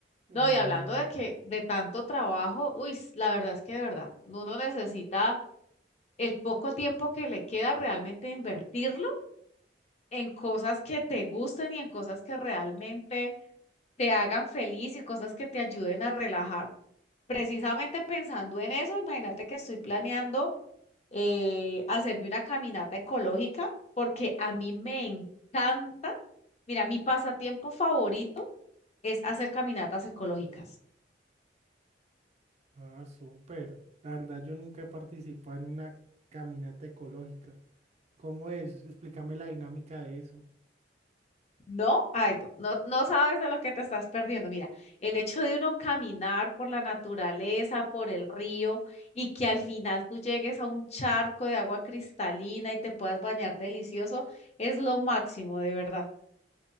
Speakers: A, on the right; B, on the left.
A: Imagínese.
B: No, y hablando de que de tanto trabajo, uy, s- la verdad es que de verdad, uno necesita el poco tiempo que le queda realmente invertirlo en cosas que te gusten y en cosas que realmente te hagan feliz y cosas que te ayuden a relajar. Precisamente pensando en eso, imagínate que estoy planeando. eh, hacerme una caminata ecológica, porque a mí me encanta, mira, mi pasatiempo favorito es hacer caminatas ecológicas.
A: Ah, súper. La verdad, yo nunca he participado en una caminata ecológica. ¿Cómo es? Explícame la dinámica de eso.
B: No, ay, no, no, no sabes de lo que te estás perdiendo. Mira, el hecho de uno caminar por la naturaleza, por el río, y que al final tú llegues a un charco de agua cristalina y te puedas bañar delicioso, es lo máximo, de verdad.